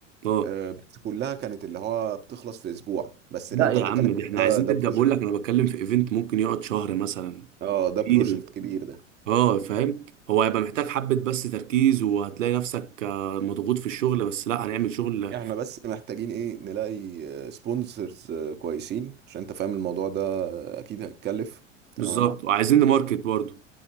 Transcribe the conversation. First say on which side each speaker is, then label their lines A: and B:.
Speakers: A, on the right; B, on the right.
A: اه
B: آه، بس كلها كانت اللي هو بتخلص في اسبوع بس
A: لا
B: اللي انت
A: يا
B: بتتكلم
A: عم
B: فيه
A: ده احنا
B: ده
A: عايزين
B: ده
A: نبدا
B: بروجكت
A: بقول لك انا بتكلم في ايفنت ممكن يقعد شهر مثلا
B: اه ده
A: كتير
B: بروجكت كبير ده
A: اه فاهم هو هيبقى محتاج حبه بس تركيز وهتلاقي نفسك آه، مضغوط في الشغل بس لا هنعمل شغل
B: احنا بس محتاجين ايه نلاقي سبونسرز كويسين عشان انت فاهم الموضوع ده آه، اكيد هيتكلف تمام
A: بالظبط وعايزين نماركت برضه